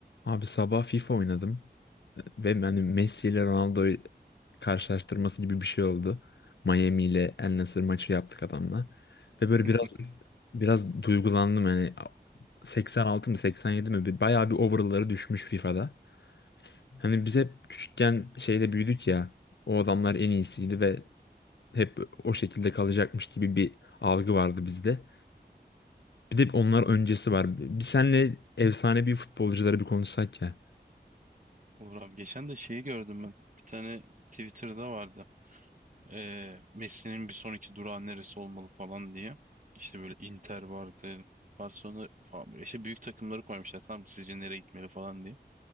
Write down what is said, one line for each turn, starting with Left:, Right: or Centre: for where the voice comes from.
Left: Abi sabah FIFA oynadım ve yani Messi ile Ronaldo karşılaştırması gibi bir şey oldu. Miami ile El Nassr maçı yaptık adamla. Ve böyle
Right: <laughs>
Left: biraz biraz duygulandım hani 86 mı 87 mi bir- bayağı bir overall'ları düşmüş FIFA'da. Hani biz hep küçükken şeyde büyüdük ya o adamlar en iyisiydi ve hep o şekilde kalacakmış gibi bir algı vardı bizde. Bir de onlar öncesi var. Bir senle efsanevi futbolcuları bir konuşsak ya.
Right: Olur abi. Geçen de şeyi gördüm ben. Bir tane Twitter'da vardı. Ee, Messi'nin bir sonraki durağı neresi olmalı falan diye. İşte böyle Inter vardı. Barcelona falan böyle işte büyük takımları koymuşlar. Tamam mı? sizce nereye gitmeli falan diye.